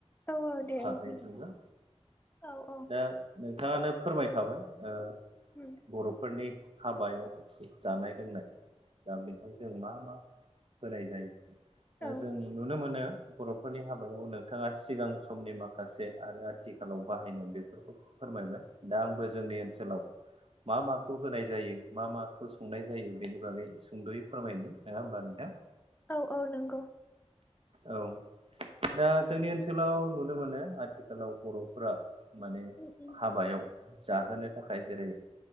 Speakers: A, on the left; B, on the right.
A: औ औ दे
B: फारनैथिंबो
A: औ जागोन औ औ
B: दा नोंथाङानो फोरमायखाबाय ओ
A: उम
B: बर'फोरनि हाबायाव जानाय-लोंनाय दा बेहाय जों मा मा होनाय जायो
A: औ
B: जों नुनो मोनो बर'फोरनि हाबायाव नोंथाङा सिगां समनि माखासे आरो आथिखालाव बाहायनाय बेफोरखौ फोरमायबाय दा आंबो जोंनि ओनसोलाव मा माखौ होनाय जायो मा मा खौ संनाय जायो बेनि बागै सुंद'यै फोरमायनि। नङा होमबा नोंथां?
A: औ औ नंगौ
B: औ दा जोंनि ओनसोलाव नुनो मोनो आथिखालाव बर'फोरा माने
A: उम उम
B: हाबायाव जाहोनो थाखाय जेरै